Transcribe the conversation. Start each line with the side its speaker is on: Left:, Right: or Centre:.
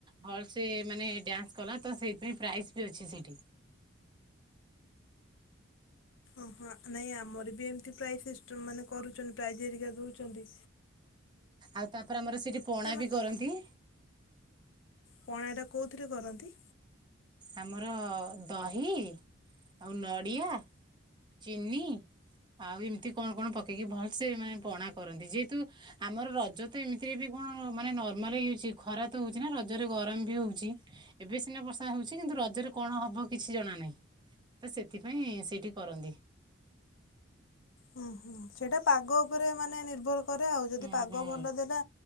Right: ଭଲସେ ମାନେ ଡ୍ୟାନ୍ସ କଲା ତ ସେଇଥିପାଇଁ ପ୍ରାଇଜ ଅଛି ସେଇଠି
Left: ଓହୋ ନାଇଁ ଆମର ବି ଏମତି ପ୍ର ମାନେ କରୁଛନ୍ତି ପ୍ରରିକ ଦଉଛନ୍ତି।
Right: ଆଉ ତାପରେ ଆମର ସେଇଠି ପଣା
Left: ମାତ୍ର
Right: ବି କରନ୍ତି।
Left: ପଣା ଟା କୋଉଥିରେ କରନ୍ତି।
Right: ଆମର ଦହି ଆଉ ନଡ଼ିଆ ଚିନି ଆଉ ଏମିତି କଣ କଣ ପକେଇକି ଭଲ ସେେ ମାନେ ପଣା କରନ୍ତି ଯେହେତୁ ଆମର ରଜ ତ ଏମିତି କଣାନେ କି ଖରା ତ ହଉଛି ନା ରଜରେ ଗରମ ବି ହଉଛି ଏବେ ସିନା ହେଉଛି କିନ୍ତୁ ରଜରେ କଣ ହବ କିଛି ଜଣା ନାହିଁ ତ ସେଥିପାଇଁ ସେଇଠି କରନ୍ତି।
Left: ହୁଁ ହୁଁ ସେଇଟା ପାଗ ଉପରେ ମାନେ ନିର୍ଭର କରେ ଆଉ ଯଦି
Right: ହୁଁ
Left: ପାଗ
Right: ହୁଁ
Left: ଭଲ ଦେଲା